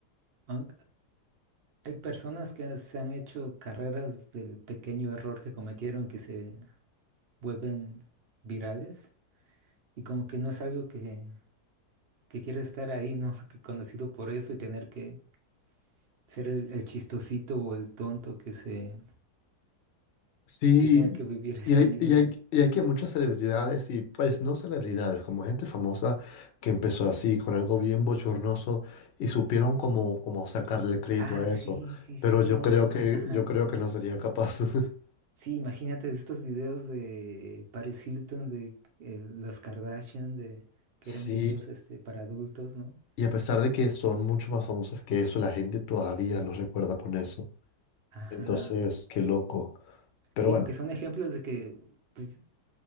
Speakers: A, on the right (about 70°); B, on the left (about 60°).
A: Aun- hay personas que se han hecho carreras del pequeño error que cometieron que se vuelven virales y como que no es algo que, que quieres estar ahí, ¿no? <laughs> Que conocido por eso y tener que Ser el, el chistosito o el tonto que se,
B: Sí,
A: que tenga que vivir <laughs>
B: y
A: eso
B: hay,
A: mismo.
B: y hay, y hay que muchas celebridades y pues no celebridades, como gente famosa que empezó así, con algo bien bochornoso y supieron como, como sacarle crédito
A: Ah,
B: a
A: sí,
B: eso.
A: sí, sí,
B: Pero yo
A: no,
B: creo
A: pues,
B: que,
A: ajá.
B: yo creo que no sería capaz. <laughs>
A: Sí, imagínate estos videos de Paris Hilton, de el- las Kardashian, de que
B: Sí,
A: eran videos este, para adultos, ¿no?
B: y a pesar de que son mucho más famosas que eso, la gente todavía los recuerda con eso.
A: Ajá.
B: Entonces, qué loco. Pero
A: Sí,
B: bueno,
A: aunque son ejemplos de que pues,